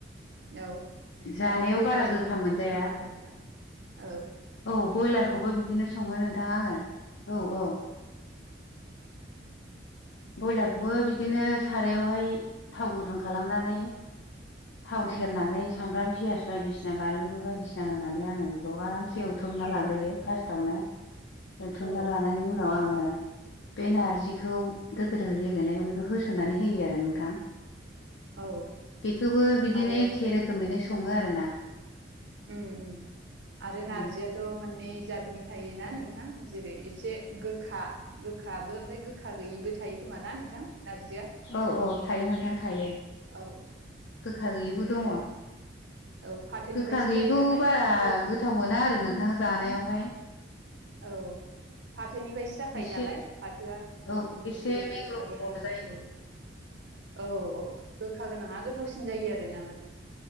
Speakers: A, on the right; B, on the left.
A: औ
B: जानायाव
A: आरो बयलारजोंबो
B: बारा गोखा
A: बिदिनो
B: मोनजाया।
A: सङो नामा नोंथां औ
B: औ बयलारखौबो बिदिनो सङो नोंथां आङो औ औ। ब्रयलारखौबो बिदिनो सारायावहाय थाव गुदुं खालामनानै थाव सेरनानै
A: उम
B: सामब्राम पियास बायदिसिना बानलु बायदिसिना होनानै आङो बेखौ आरामसे एवथुमना
A: औ
B: लाग्रोयो फास्त तावनो एवथुमना
A: औ
B: लानायनि उनाव आङो बे नारजिखौ दोखो दोखो गेलेनायखौ बेखौ होसननानै होयो आरो नोंथां।
A: औ
B: बेखौबो बिदिनो
A: आरो
B: एखे रोखोमैनो सङो आरोना।
A: उम उम आरो नारजिया
B: औ
A: थ' मोननै जातनि थायोना नोंथां जेरै एसे गोखा गोखाबो ओमफ्राय गो गोखा गैयिबो थायो खोमा ना नोंथां नारजिया?
B: औ औ थायो नोंथां थायो
A: औ
B: गोखा गैयिबो दङ।
A: औ फाथोनिफ्रायसो
B: गोखा गैयिखौ
A: जायो नालाय
B: बारा
A: फाथो
B: गोथाव मोना आरो नोंथां जानायावहाय।
A: औ। फाथोनिफ्रायसो जाखायो
B: एसे
A: नालाय फाथोआ
B: औ
A: उम
B: एसे
A: जेरै
B: मेंग्लंग्ल'
A: गोखा गोनां गोखा जायो। औ औ गोखा गोनाङा गोथावसिन जायो आरोना माने